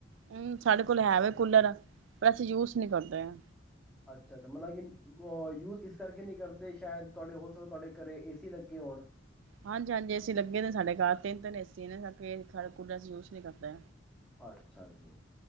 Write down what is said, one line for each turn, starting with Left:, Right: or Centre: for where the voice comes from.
Right: ਹਮ ਸਾਡੇ ਕੋਲ ਹੈ ਵ ਕੂਲਰ ਪਰ ਅਸੀਂ ਯੂਜ ਨਹੀਂ ਕਰਦੇ ਹ
Centre: ਅੱਛਾ ਅੱਛਾ ਮਤਲਬ ਕਿ ਯੂਜ ਇਸ ਕਰਕੇ ਨਹੀਂ ਕਰਦੇ ਸ਼ਾਇਦ ਤੁਹਾਡੇ ਹੋ ਸਕ ਤੁਹਾਡੇ ਘਰੇ ਏਸੀ ਲੱਗੇ ਹੋਣ
Right: ਹਾਂਜੀ ਹਾਂਜੀ ਏਸੀ ਲੱਗੇ ਨੇ ਸਾਡੇ ਘਰ ਤਿੰਨ ਤਿੰਨ ਏਸੀ ਨੇ ਫ ਕੂਡੇ ਚ ਯੂਸ ਨੀ ਕਰਦਾ
Centre: ਅੱਛਾ ਜੀ